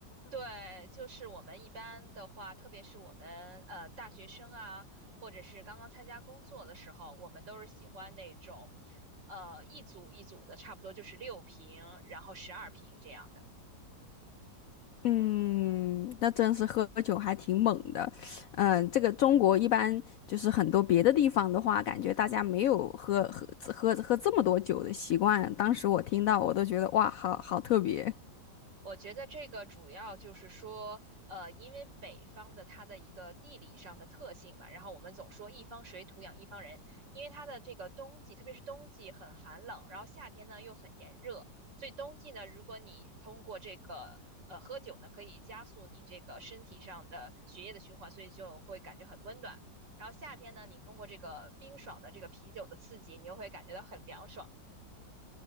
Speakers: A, on the right (about 75°); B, on the left (about 75°).
A: 对，就是我们一般的话，特别是我们呃大学生啊，或者是刚刚参加工作的时候，我们都是喜欢那种，呃一组一组的，差不多就是六瓶，然后十二瓶这样的。
B: 嗯，那真是喝酒还挺猛的。嗯，这个中国一般就是很多别的地方的话，感觉大家没有喝喝喝喝这么多酒的习惯。当时我听到，我都觉得哇，好好特别。
A: 我觉得这个主要就是说，呃，因为北方的它的一个地理上的特性吧，然后我们总说一方水土养一方人，因为它的这个冬季，特别是冬季很寒冷，然后夏天呢又很炎热，所以冬季呢，如果你通过这个呃喝酒呢，可以加速你这个身体上的血液的循环，所以就会感觉很温暖。然后夏天呢，你通过这个冰爽的这个啤酒的刺激，你又会感觉到很凉爽。